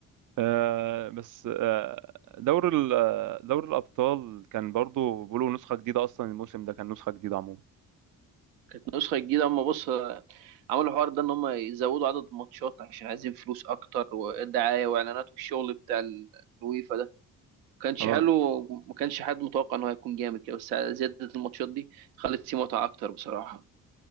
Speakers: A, on the right; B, on the right.
A: آه بس آه دور ال آه، دور الأبطال كان برضو بيقولوا نسخة جديدة أصلا الموسم ده كان نسخة جديدة عموما
B: كانت نسخة جديدة هم بص عملوا الحوار ده ان هم يزودوا عدد الماتشات عشان عايزين فلوس اكتر ودعاية واعلانات والشغل بتاع ال- الويفا ده ما كانش
A: اه
B: حلو ما كانش حد متوقع ان هو هيكون جامد كده بس زيادة الماتشات دي خلت فيه متعة اكتر بصراحة